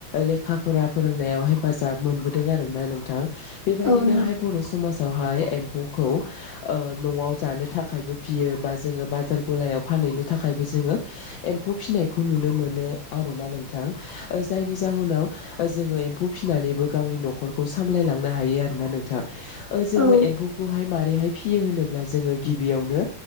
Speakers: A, on the left; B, on the right.
A: लेखाफोरा फोरोंनायाव हेफाजाब मोनो। मोनबोदों आरोना नोंथां बेबायदिनोहाय
B: औ नंगौ
A: बर' समाज हाय एम्फौखौ ओ न'आव जानो थाखायबो फिसियो बा जोङो बाजार गलायाव फा फनो थाखायबो जोङो एम्फौ फिसिनायखौ नुनो मोनो आरोना नों जायनि जाहोनाव जोङो एम्फौ फिसिनानैबो गावनि न'खरखौ सामलायलाङो सामलांनो हायो आरोना नोंथां जोंङो
B: औ
A: एमफैखौ फिसियो होनोबोला अब्ला जोङो गिबियावनो